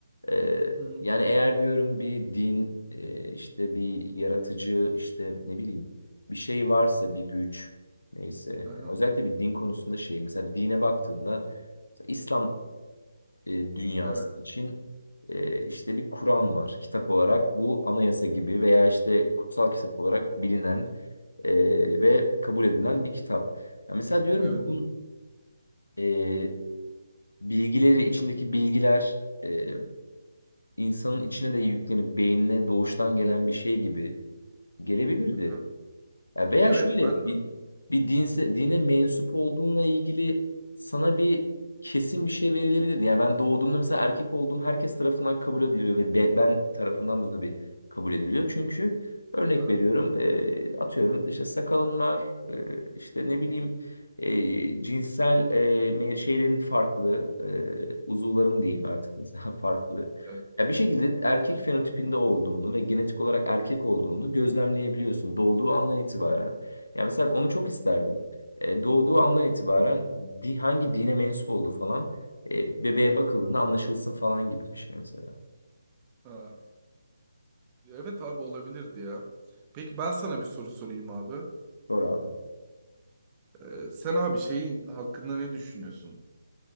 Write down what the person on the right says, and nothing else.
Hı hı.
Aha.
Evet,
evet.
Aha.
Evet
ben
Aha.
Evet.
Hı hı.
Ha. Evet abi olabilirdi ya. Peki ben sana bir soru sorayım abi.
Ee, sen abi şeyin hakkında ne düşünüyorsun?